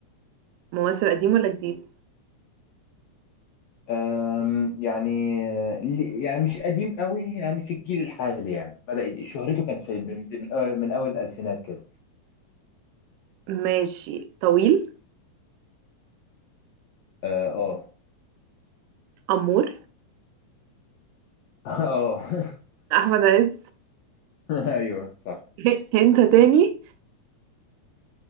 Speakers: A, on the right; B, on the left.
A: ممثل قديم ولا جديد
B: آم، يعني آه، لي- يعني مش قديم قوي يعني في الجيل الحالي يعني بدأ يج- شهرته كانت في من من أول من أول الألفينات كده
A: ماشي طويل
B: اه اه
A: امور
B: <laughs> آه. <laughs>
A: احمد عز
B: ايوه صح
A: <laughs> انت تاني
B: صح